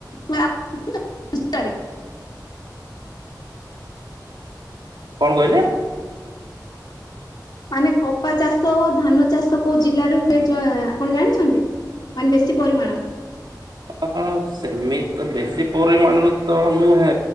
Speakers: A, on the left; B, on the right.
A: ହୁଏ ଆମ ଜିଲ୍ଲାରେ।
B: କଣ କହିଲେ?
A: ମାନେ କପା ଚାଷ ଓ ଧାନ ଚାଷ କୋଉ ଜିଲ୍ଲାରେ ହୁଏ ଜ ଆପଣ ଜାଣିଚନ୍ତି? ମାନେ ବେଶୀ ପରିମାଣର?
B: ହ ସେମିତି ବେଶୀ ପରିମାଣରେ ତ ନୁହେଁ।